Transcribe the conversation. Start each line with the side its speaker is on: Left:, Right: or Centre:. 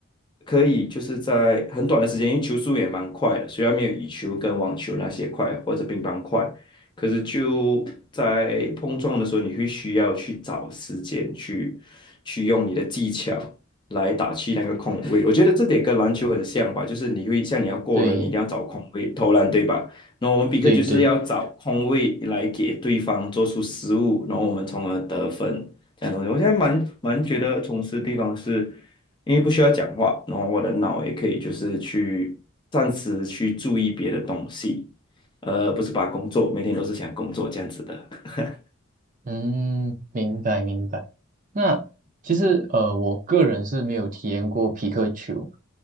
Left: 可以就是在很短的时间，因为球速也蛮快的，虽然没有羽球跟网球那些快或者乒乓快，可是就在碰撞的时候，你会需要去找时间去去用你的技巧来打去那个空位。我觉得这点跟篮球很像吧，就是你会像你要过人，
Right: 对，
Left: 你一定要找空位投篮，对吧？那我们比克就是要找空位来给对方做出失误，
Right: 对，对，
Left: 然后我们从而得分。这样的东西，我现在蛮蛮觉得从事的地方是，因为不需要讲话，然后我的脑也可以就是去暂时去注意别的东西，呃，不是把工作每天都是想工作这样子的。<laughs>
Right: 嗯，明白，明白。那其实呃，我个人是没有体验过皮克球，